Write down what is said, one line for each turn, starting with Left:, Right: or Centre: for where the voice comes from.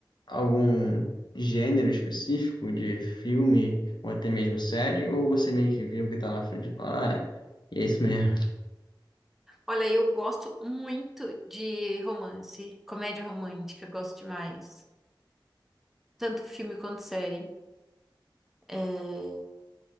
Left: algum gênero específico de filme ou até mesmo série, ou você meio que vê o que tá na frente e fala, ah, é isso mesmo.
Centre: Olha, eu gosto muito de romance, comédia romântica, eu gosto demais. Tanto filme quanto série. É,